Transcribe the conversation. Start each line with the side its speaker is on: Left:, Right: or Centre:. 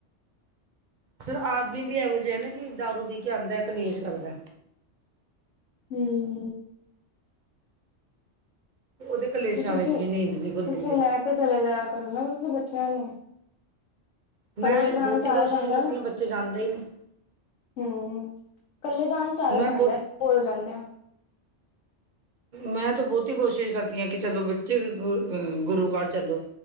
Right: ਫੇਰ ਆਦਮੀ ਵੀ ਏਵੋ ਜਿਆ ਨਾ ਕਿ ਦਾਰੂ ਪੀ ਕੇ ਆਂਦੈ ਕਲੇਸ਼ ਕਰਦੈ।
Left: ਹੂੰ
Right: ਉਦੇ ਕਲੇਸ਼ਾਂ
Left: ਤੇ ਤੁਸੀਂ
Right: ਵਿੱਚ ਵੀ ਨੀਂਦ ਨ ਖੁਲਦੀ
Left: ਤੁਸੀਂ
Right: ਸੀ।
Left: ਲੈ ਚਲੇ ਜਾਆ ਕਰੋ ਨਾ ਤੁਸੀਂ ਬੱਚਿਆਂ ਨੂੰ। ਕੱਲੇ
Right: ਮੈਂ ਤੇ
Left: ਜਾਣ
Right: ਬਹੁਤੀ
Left: ਚ ਆਲਸ
Right: ਕੋਸ਼ਿਸ਼
Left: ਆਉਂਦਾ
Right: ਕਰਦੀ ਆਂ, ਬੱਚੇ ਜਾਂਦੇ ਈ ਨਈ।
Left: ਹੂੰ, ਕੱਲੇ ਜਾਣ ਚ ਆਲਸ
Right: ਮੈਂ ਬਹੁਤ
Left: ਆਂਦੈ ਬੋਰ ਹੋ ਜਾਂਦੇ ਆ
Right: ਮੈਂ ਤਾਂ ਬਹੁਤੀ ਕੋਸ਼ਿਸ਼ ਕਰਦੀ ਆਂ ਕਿ ਚਲੋ ਬੱਚੇ ਗੁਰੂ ਕਾਰ ਚੱਲੋ